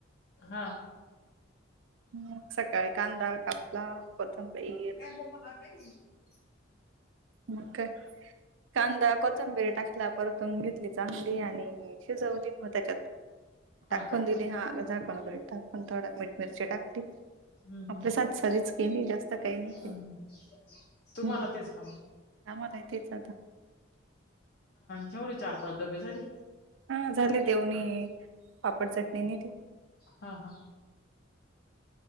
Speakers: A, on the left; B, on the right.
A: हा
B: हम् सकाळी कांदा कापला कोथंबरी
A: हो नाही <unintelligible>
B: मग काय, कांदा, कोथंबीरी टाकला परतून घेतली चांगली आणि शिजवली मग त्याच्यात
A: हा
B: टाकून
A: का
B: दिली. हा झाकण वगैरे टाकून थोड मीठ मिरची टाकली.
A: हम्म
B: आपल्या
A: हम्म
B: साधी साधीच केली जास्त काही नाही केल
A: हम्म हम्म तुम्हाला
B: हो ना.
A: तेच काम
B: हा मला तेच आता
A: जेवढे चार पाच डबे झाले
B: हा झाले देऊनी पापड चटणी नेली.
A: हा हा.